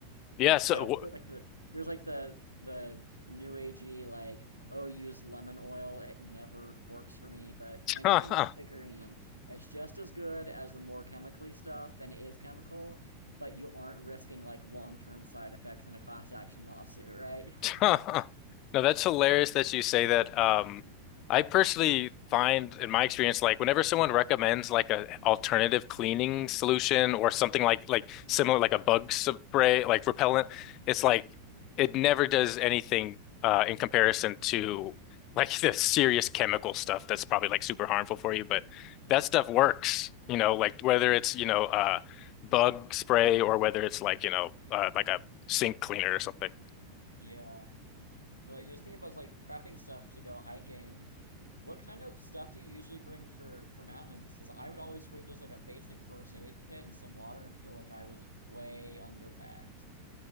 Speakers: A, on the left; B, on the right.
A: Yeah, so
B: I don't feel like the there's like the the new agey like oh use lemon oil it never works for me but anything
A: wh-
B: with thickerine
A: <laughs>
B: is just as good as the more chemically stuff and it is chemical but you aren't risking like long-term side effects in a class action lawsuit <laughs> right
A: <laughs> No, that's hilarious that you say that. Um, I personally find in my experience, like whenever someone recommends like a alternative cleaning solution or something like like similar, like a bug spray, like repellent, it's like it never does anything uh, in comparison to like <laughs> the serious chemical stuff that's probably like super harmful for you. But that stuff works, you know, like whether it's, you know, uh, bug spray or whether it's like, you know, uh, like a sink cleaner or something.
B: Yeah, but you know, just thinking about like prepping stuff to go hiking. What kind of stuff do you usually bring for for mountains? Because I would always bring just like a basic first aid kit and some water, and feel like I was way underpacked.